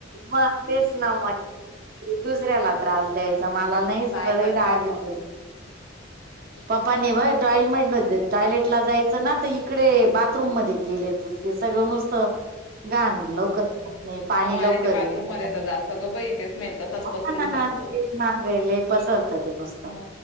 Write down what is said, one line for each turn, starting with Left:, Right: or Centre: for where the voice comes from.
Right: म तेच ना म दुसऱ्याला त्रास द्यायचा मला नाहीच
Left: नाहीतर
Right: राग
Left: काय मग
Right: येतो. पप्पाने बय टॉयलम टॉयलेट ला जायचं ना तर इकडे बाथरूम मध्ये गेले ते. ते सगळं नुसतं
Left: <inaudible>
Right: घाण लवु पाणी
Left: हो आणि
Right: लवकर
Left: ते बाथरूम
Right: येत नाही
Left: मध्ये तर जास्त ग बाई ते स्मेल तसाच
Right: काही
Left: पसरून जातो.
Right: नाही पसरत ते मस्त.
Left: म